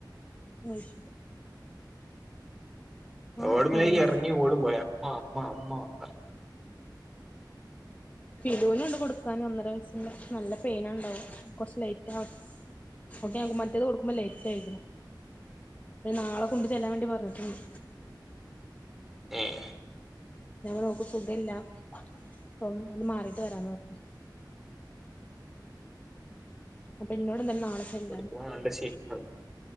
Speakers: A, on the left; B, in the centre.
A: അശ ആഹ്
B: ഓടമഴക്ക്
A: ഫിലൂൻ
B: എറങ്ങി ഓള് പോയ <unintelligible>
A: ഫിലൂണ്ട് കൊടുക്കാന് ഒന്നര വയസ് നല്ല പെയിനണ്ടാവും കൊറച്ച ലേറ്റ് ആ ഓക്കെ അവൾക്ക് മറ്റത് കൊടുക്കുമ്പേ ലേറ്റ് ആയിക്ക്ണു അത് നാളെ കൊണ്ട് ചെല്ലാൻ വേണ്ടി പഞ്ഞിട്ടുണ്ട്
B: എഹ്
A: ഞ പർഞ്ഞ് ഒക്ക് സുഖല്ല അപ്പം ഒന്ന് മാറിട്ട് വരാന്ന് പറഞ്ഞു അപ്പൊ പിന്നോട്ന്തല്ല നാളെ ചെല്ലാൻ
B: കൊടുക്കുമ്പോ നല്ല ക്ഷീണാണ്